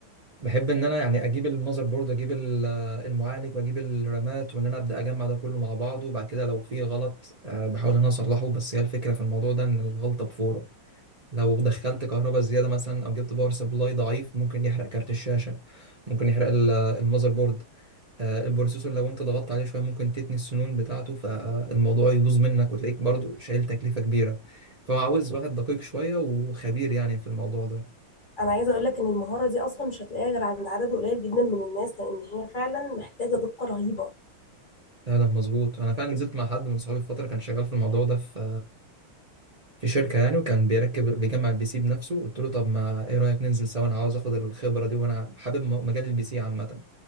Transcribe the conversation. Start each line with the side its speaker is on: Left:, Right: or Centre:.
Right: بحب ان انا يعني اجيب المذر بورد اجيب ال- المعالج واجيب الرامات وان انا ابدا اجمع ده كله مع بعضه وبعد كده لو في غلط آه، بحاول ان انا اصلحه بس هي الفكره في الموضوع ده ان الغلطه بفوره لو دخلت كهرباء زياده مثلا او جبت باور سبلاي ضعيف ممكن يحرق كارت الشاشه ممكن يحرق ال- المذر بورد آه، البروسيسور لو انت ضغطت عليه شويه ممكن تتني السنون بتاعته فالموضوع يبوظ منك وتلاقيك برضو شايل تكلفه كبيره فعاوز واحد دقيق شويه وخبير يعني في الموضوع ده
Left: انا عايزة اقول لك ان المهارة دي اصلا مش هتلاقيها غير عند عدد قليل جدا من الناس لان هي فعلا محتاجة دقة رهيبة
Right: لا لا مظبوط انا فعلا نزلت مع حد من صحابي في فتره كان شغال في الموضوع ده في في شركه يعني وكان بيركب بيجمع البي سي بنفسه قلت له طب ما ايه رايك ننزل سوا انا عاوز اخد الخبره دي وانا حابب م- مجال البي سي عامه